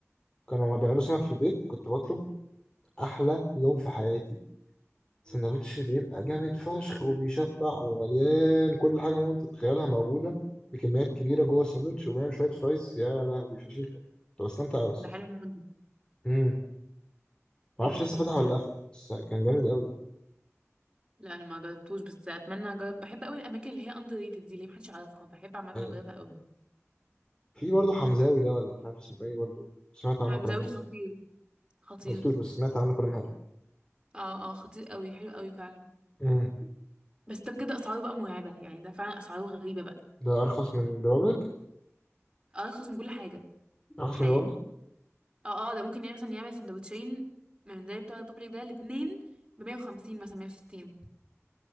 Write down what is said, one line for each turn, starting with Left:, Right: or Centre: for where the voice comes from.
Left: كانوا بيعملوا سمك في البيت كنت بطلب احلى يوم في حياتي سندوتش بيبقى جامد فشخ وبيشبع ومليان كل حاجة ممكن تتخيلها موجودة بكميات كبيرة جوه السندوتش وبيعمل شوية فرايز يا لهوي فشيخة كنت بستمتع أوي الصراحة
Right: ده حلو موت ده.
Left: امم معرفش
Right: حلو موت
Left: لسه فتح
Right: موت
Left: ولا
Right: يعني
Left: قفل بس كان جامد أوي
Right: لا انا ما جربتوش بس اتمنى اجرب بحب قوي الاماكن اللي هي اندر ريتد دي اللي محدش يعرفها بحب عامه
Left: أيوة
Right: اجربها قوي
Left: في برضه حمزاوي ده ولا مش عارف اسمه إيه برضه سمعت عنه
Right: حمزاوي
Left: كلام حلو
Right: خطير خطير
Left: مقلتوش بس سمعت عنه كلام حلو
Right: اه اه خطير قوي حلو قوي فعلا
Left: امم
Right: بس ده بجد اسعاره بقى مرعبه يعني ده فعلا اسعاره غريبه بقى
Left: ده أرخص من ريبابليك
Right: ارخص من كل حاجه
Left: أرخص
Right: في الحياه
Left: من ريبابليك
Right: اه اه ده ممكن يعني مثلا يعمل سندوتشين من زي بتوع الريبابليك ده الاثنين ب 150 مثلا 160